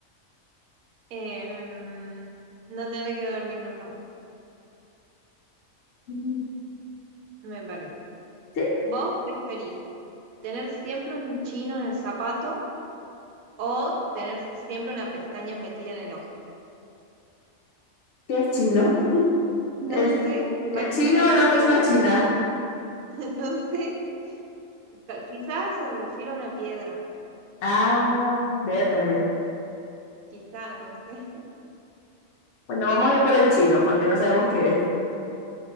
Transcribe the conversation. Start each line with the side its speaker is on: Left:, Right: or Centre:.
Right: Em, no tener que dormir nunca más,
Left: Mm.
Right: me parece.
Left: ¿Sí?
Right: ¿Vos preferís tener siempre un chino en el zapato o tener siempre una pestaña metida en el ojo?
Left: ¿Qué es chino?
Right: No
Left: ¿El,
Right: sé, me imagino
Left: el chino
Right: una
Left: o
Right: persona
Left: la persona china?
Right: que, <laughs> no sé, ca- quizás se refiere a una piedra,
Left: Ah, vértale.
Right: quizá, no sé. <laughs>
Left: Bueno, vamos a ir por el chino porque no sabemos qué es.